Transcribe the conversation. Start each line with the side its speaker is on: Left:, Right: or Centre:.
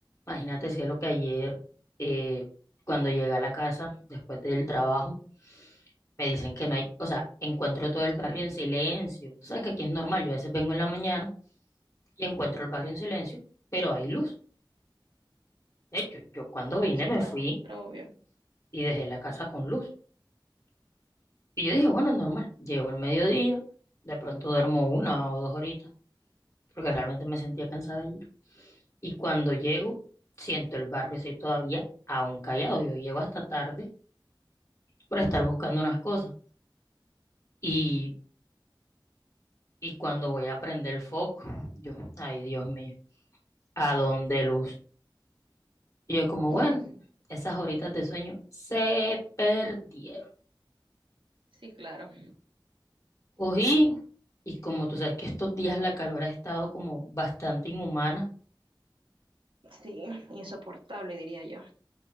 Left: Imagínate, cielo, que ayer, eh, cuando llegué a la casa, después del trabajo, me dicen que no hay, o sea, encuentro todo el
Right: Sí,
Left: barrio en silencio. Tú sabes que aquí es normal, yo a veces vengo en la mañana y encuentro el barrio en silencio, pero hay luz. De hecho, yo cuando vine
Right: sí,
Left: me
Right: claro,
Left: fui
Right: obvio.
Left: y dejé la casa con luz. Y yo dije, bueno, normal, llego el mediodía, de pronto duermo una o dos horitas, porque realmente me sentía cansada ayer. Y cuando llego, siento el barrio así todavía aún callado. Yo llego hasta tarde por estar buscando unas cosas. Y Y cuando voy a prender el foco, yo, ay Dios mío, ¿a dónde luz? Y yo como,
Right: <laughs>
Left: bueno, esas horitas de sueño se perdieron.
Right: Sí, claro.
Left: Cogí y como tú sabes que estos días la calor ha estado como bastante inhumana,
Right: Sí, insoportable, diría yo.